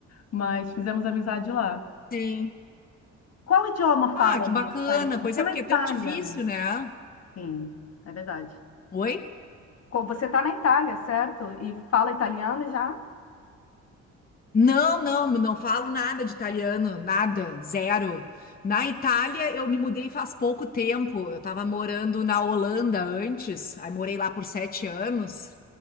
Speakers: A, on the left; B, on the left.
A: mas fizemos amizade lá.
B: sim.
A: Qual idioma
B: Ah,
A: fala
B: que
A: aí,
B: bacana.
A: Thaís? Você
B: Pois é,
A: é na
B: porque
A: Itália,
B: é tão difícil,
A: né?
B: né?
A: Sim, é verdade.
B: Oi?
A: Co- Você está na Itália, certo? E fala italiano já?
B: Não, não, não falo nada de italiano, nada, zero. Na Itália, eu me mudei faz pouco tempo. Eu estava morando na Holanda antes, aí morei lá por sete anos.